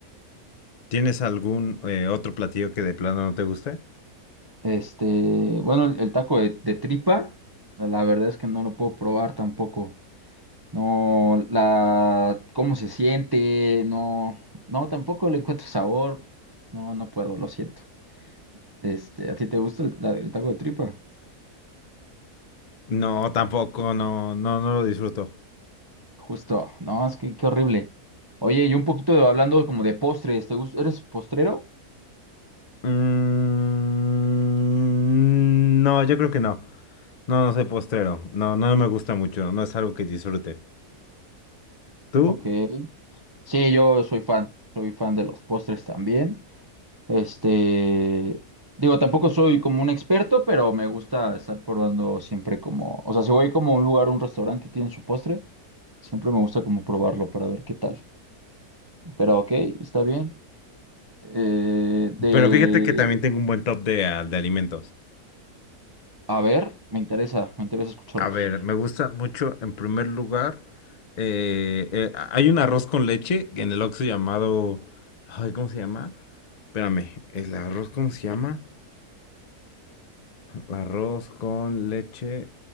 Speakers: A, on the left (about 50°); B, on the right (about 30°).
A: ¿Tienes algún eh, otro platillo que de plano no te guste?
B: Este, bueno, el, el taco de, de tripa, la verdad es que no lo puedo probar tampoco. No, la, cómo se siente, no, no, tampoco le encuentro sabor. No, no puedo, lo siento. Este, ¿a ti te gusta el, la- el taco de tripa?
A: No, tampoco, no, no, no lo disfruto.
B: Justo, no, es que qué horrible. Oye, y un poquito de- hablando como de postres, ¿te gusta? ¿Eres postrero?
A: Mm, no, yo creo que no. No, no soy postrero. No, no me gusta mucho. No es algo que disfrute. ¿Tú?
B: Ok. Sí, yo soy fan, soy fan de los postres también. Este, digo, tampoco soy como un experto, pero me gusta estar probando siempre como, o sea, si voy como a un lugar, un restaurante que tiene su postre, siempre me gusta como probarlo para ver qué tal. Pero ok, está bien. Eh, de,
A: Pero fíjate que también tengo un buen top de, ah, de alimentos.
B: a ver, me interesa, me interesa escucharlos.
A: A ver, me gusta mucho, en primer lugar, eh, eh, hay un arroz con leche en el Oxxo llamado, ay, ¿cómo se llama? Espérame, ¿el arroz cómo se llama? Arroz con leche